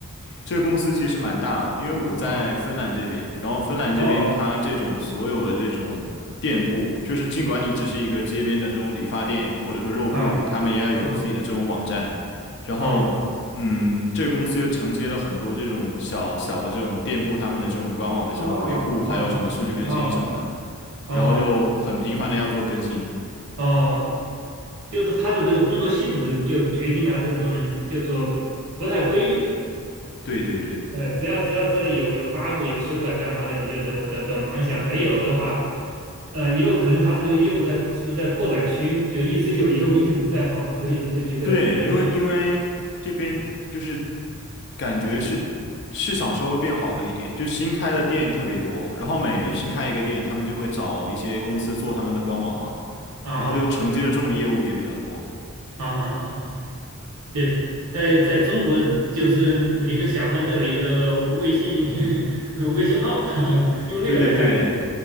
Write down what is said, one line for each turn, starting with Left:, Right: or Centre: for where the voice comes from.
Left: 这个公司其实蛮大的，因为我在芬兰这边，
Right: 哦
Left: 然后芬兰这边它这种所有的这种店铺，
Right: 哦
Left: 就是尽管你只是一个街边的这种理发店或者说肉铺，
Right: 哦
Left: 他们也要有自己的这种网站，
Right: 哦
Left: 然后嗯，
Right: 哦
Left: 这个公司又承接了很多这种小小的这种店铺，他们的这种官网的这种维护，
Right: 哦哦哦
Left: 还有什么数据更新什么的，
Right: 哦
Left: 然后就很频繁的要做更新。
Right: 哦，就是他的这个工作性质就决定了这种，就是说不太规律。
Left: 对对对
Right: 呃，只要只要只要有有发布有修改干嘛的，你就得得得忙一下。没有的话，呃，也有可能他们这个业务在是不是在扩展区，就一直有业务一直在忙，所以你就觉得比较累
Left: 对，因为因为这边就是。感觉是市场稍微变好了一点，就新开的店特别多，然后每新开一个店，他们就会找一些公司做他们的官网嘛，
Right: 啊啊
Left: 然后就承接的这种业务也比较多。
Right: 啊啊啊！啊对，在在中国就是每个小贩都有一个微信 <laughs> 微信号，<laughs> 用那个来代替。
Left: 对对对，